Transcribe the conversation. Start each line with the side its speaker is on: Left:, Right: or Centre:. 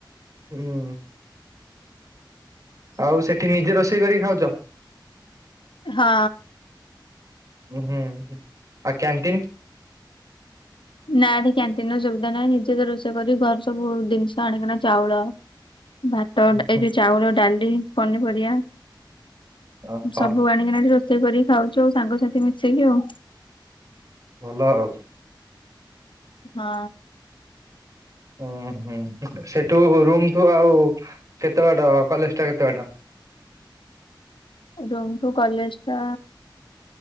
Right: ହୁଁ ଆଉ ସେଠି ନିଜେ ରୋଷେଇ କରିକି ଖାଉଛ?
Left: ହଁ।
Right: ହୁଁ ଆ କ୍ୟାଣ୍ଟିନ୍?
Left: ନା ଏଠି କ୍ୟାଣ୍ଟିନ ର ସୁବିଧା ନାହିଁ ନିଜେ ତ ରୋଷେଇ କରି ଘର ସବୁ- ଜିନିଷ ଆଣିକିନା ଚାଉଳ ଭାତ
Right: ଉଁ ହୁଁ।
Left: ଏଇ ଯଉ ଚାଉଳ ଡାଲି ପନିପରିବା
Right: ଓହୋ
Left: ସବୁ ଆଣିକିନା ଏଠି ରୋଷେଇ କରିକି ଖାଉଛୁ ଆଉ ସାଙ୍ଗସାଥି ମିଶେଇକି ଆଉ।
Right: ଭଲ ଆଉ।
Left: ହଁ।
Right: ହୁଁ ହୁଁ ସେଠୁ ରୁମୁ ଆଉ କେତେ ବାଟ କଲେଜ ଟା କେତେ ବାଟ?
Left: <inaudible> ରୁମ୍ ଠୁ କଲେଜ ଟା